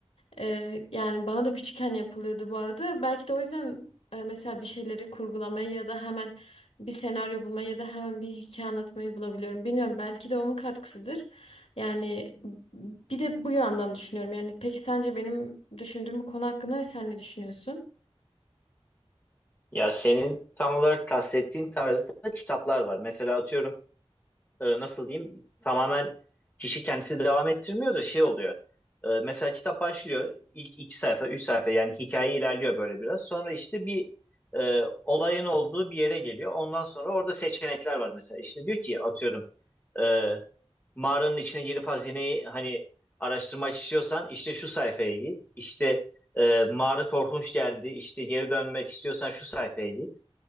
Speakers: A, on the left (about 80°); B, on the left (about 20°).
A: Ee, yani bana da küçükken yapılıyordu bu arada. Belki de o yüzden e, mesela bir şeyleri kurgulamayı ya da hemen bir senaryo bulmayı ya da hemen bir hikaye anlatmayı bulabiliyorum. Bilmiyorum belki de onun katkısıdır. Yani bir de bu yandan düşünüyorum. Yani peki sence benim düşündüğüm bu konu hakkında sen ne düşünüyorsun?
B: Ya senin tam olarak kastettiğin tarzda da kitaplar var. Mesela atıyorum e, nasıl diyeyim tamamen kişi kendisi devam ettirmiyor da şey oluyor. E, mesela kitap başlıyor ilk iki sayfa üç sayfa yani hikaye ilerliyor böyle biraz. Sonra işte bir e, olayın olduğu bir yere geliyor. Ondan sonra orada seçenekler var mesela. İşte diyor ki atıyorum e, mağaranın içine girip hazineyi hani araştırmak istiyorsan işte şu sayfaya git. İşte e, mağara korkunç geldi işte geri dönmek istiyorsan şu sayfaya git.